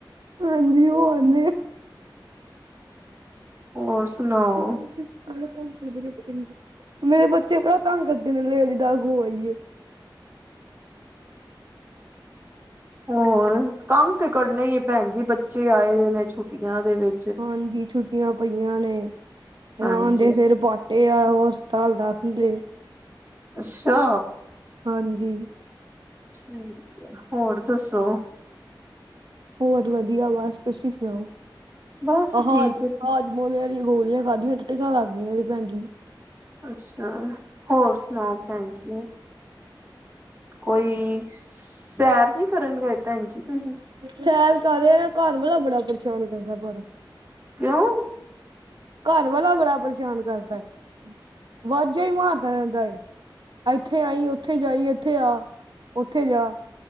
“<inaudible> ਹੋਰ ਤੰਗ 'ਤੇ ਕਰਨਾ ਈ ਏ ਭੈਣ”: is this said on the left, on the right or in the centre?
Right